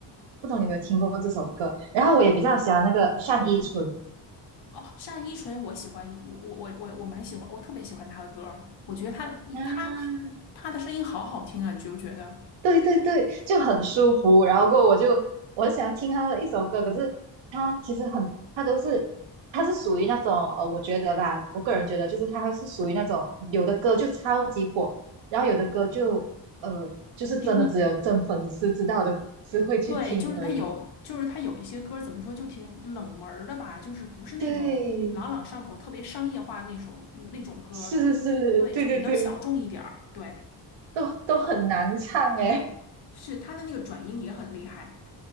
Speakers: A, on the right; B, on the left.
A: 不懂你有没有听过这首歌？然后我也比较喜欢那个单依纯，
B: <laughs> 哦，单依纯我喜欢一，我我我我我蛮喜欢，我特别喜欢她的歌儿我觉得她她
A: 啊，
B: 她的声音好好听啊，你觉不觉得？
A: 对对对，就很舒服。然后过后我就我很喜欢听他的一首歌，可是他其实很，他都是他是属于那种呃，我觉得吧，我个人觉得就是他还是属于那种有的歌就超级火，然后有的歌就呃就是真的只有真粉丝知道的，
B: 评论
A: 只会去听而已。
B: 对，就是他有，就是他有一些歌儿怎么说，就挺冷门儿的吧，就是不是那种朗朗上口、
A: 对，
B: 特别商业化那首那种歌儿
A: 是是是，
B: 对，
A: 对对对，
B: 就比较小众一点儿。对，
A: 都都很难唱诶。
B: 是他的那个转音也很厉害。